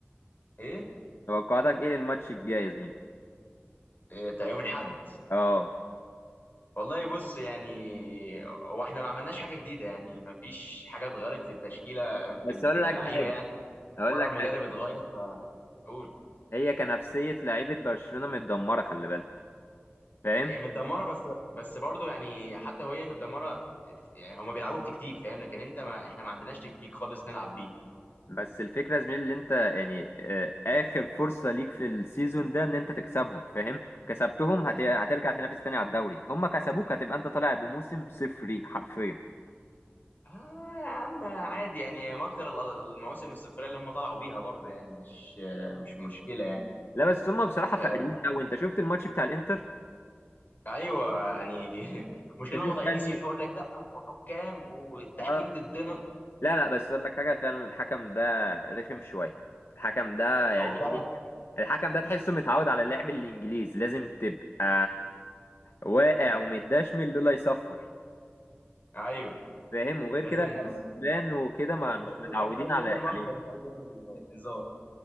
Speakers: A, on the left (about 45°); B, on the left (about 65°).
A: ايه
B: توقعاتك ايه الماتش الجاي يا زميلي
A: إيه، بتاع يوم الاحد
B: اه
A: والله بص يعني هو احنا ما عملناش حاجه جديده يعني ما فيش حاجه اتغيرت في التشكيله
B: بس
A: في
B: اقول
A: في كلاعيبه
B: لك حاجه
A: يعني
B: اقول
A: ولا
B: لك
A: المدرب
B: حاجه
A: اتغير قول
B: هي كنفسيه لعيبه برشلونه متدمره خلي بالك فاهم
A: هي متدمره بس بس برضه يعني حتى وهي متدمره يعني هما بيلعبوا بتكتيك فاهم لكن انت ما احنا ما عندناش تكتيك خالص نلعب بيه
B: بس الفكره يا زميلي اللي انت يعني آه، اخر فرصه ليك في السيزون ده ان انت تكسبهم فاهم كسبتهم هت... هترجع تنافس تاني على الدوري هم كسبوك هتبقى انت طالع بموسم صفري حرفيا
A: اه يا عم عادي يعني ما اكتر ال- المواسم الصفريه اللي هم طلعوا بيها برضه يعني مش مش مشكله يعني
B: لا بس هم بصراحه
A: آه
B: فاقرين قوي انت شفت الماتش بتاع الانتر
A: ايوه يعني <laughs> مشكله
B: انت شفت
A: هم طالعين
B: يعني
A: يسيحوا يقول لك لا وحكام والتحكيم
B: اه
A: ضدنا
B: لا لا بس اقول لك حاجه فعلا الحكم ده رخم شويه الحكم ده يعني
A: هو فعلا
B: ايه الحكم ده تحسه متعود على اللعب الانجليز لازم تبقى واقع ومتدشمل لولا يصفر
A: ايوه
B: فاهم وغير
A: لازم
B: كده الاسبان وكده ما
A: تحس
B: مش متعودين
A: تحس عايز
B: على
A: يعمل محضر
B: عليه
A: مش عايز يعمل انذار